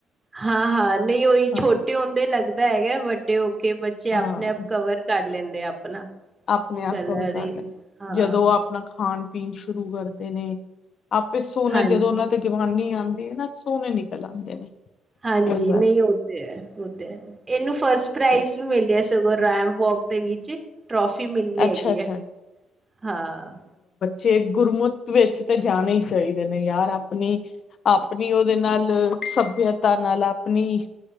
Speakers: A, on the right; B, on the left.
A: ਹਾਂ-ਹਾਂ ਨਹੀਂ ਉਹੀ
B: ਹਾਂ
A: ਛੋਟੇ ਹੁੰਦੇ ਲੱਗਦਾ ਹੈਗਾ ਵੱਡੇ ਹੋ ਕੇ ਬੱਚੇ
B: ਹਾਂ
A: ਆਪਣੇ ਆਪ ਕਵਰ ਕਰ ਲੈਂਦੇ ਆਪਣਾ
B: ਆਪਣੇ ਆਪ
A: ਕਲਰ
B: ਕਵਰ ਕਰ
A: ਹੀ
B: ਲੈਂਦੇ।
A: ਹਾਂ,
B: ਜਦੋਂ ਉਹ ਆਪਣਾ ਖਾਣ ਪੀਣ ਸ਼ੁਰੂ ਕਰਦੇ ਨੇ ਆਪੇ ਸੋਹਨਾ
A: ਹਾਂਜੀ।
B: ਜਦੋਂ ਉਹਨਾਂ ਤੇ ਜਵਾਨੀ ਆਉਂਦੀ ਹੈ ਨਾ। ਸੋਹਣੇ ਨਿਕਲ ਆਉਂਦੇ ਨੇ
A: ਹਾਂਜੀ
B: ਕੋਈ ਗੱਲ
A: ਨਹੀਂ ਉਹ ਤੇ ਹੈ, ਉਹ ਤੇ ਹੈ। ਇਹਨੂੰ ਫਸਟ ਪ੍ਰਾਈਜ਼
B: ਨੀ
A: ਵੀ ਮਿਲਿਆ ਸਗੋਂ ਰੈਂਪ ਵੋਕ ਦੇ ਵਿੱਚ। ਟ੍ਰੋਫੀ ਮਿਲਦੀ ਹੈਗੀ
B: ਅੱਛਾ ਅੱਛਾ
A: ਹੈ ਹਾਂ
B: ਜੇ ਗੁਰਮੁਤ ਵਿੱਚ ਤੇ ਜਾਣਾ ਹੀ ਸਹੀ ਨੇ ਯਾਰ ਆਪਣੀ। ਆਪਣੀ ਉਹਦੇ ਨਾਲ ਸੱਭਿਅਤਾ ਨਾਲ ਆਪਣੀ